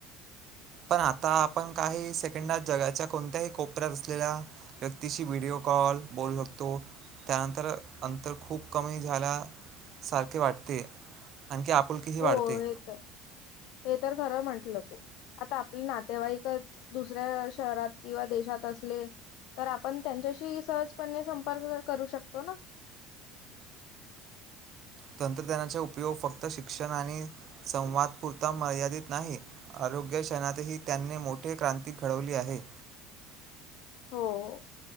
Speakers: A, on the right (about 45°); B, on the left (about 60°).
A: पण आता, आपण काही सेकंडात जगाच्या कोणत्याही कोपऱ्यात असलेल्या व्यक्तीशी व्हिडिओ कॉल बोलू शकतो, त्यानंतर अंतर खूप कमी झाल्या सारखे वाटते. आणखी आपुलकी ही वाढते.
B: हो हे तर हे तर खरं म्हंटलं तू, आता आपले नातेवाईकच दुसऱ्या शहरात किंवा देशात असले तर, आपण त्यांच्याशी सहजपणे संपर्क क करू शकतो ना.
A: तंत्रज्ञानाचा उपयोग फक्त शिक्षण आणि संवाद पुुरता मर्यादित नाही. आरोग्य क्षणातही त्यांनी मोठे क्रांती घडवली आहे.
B: हो ओ,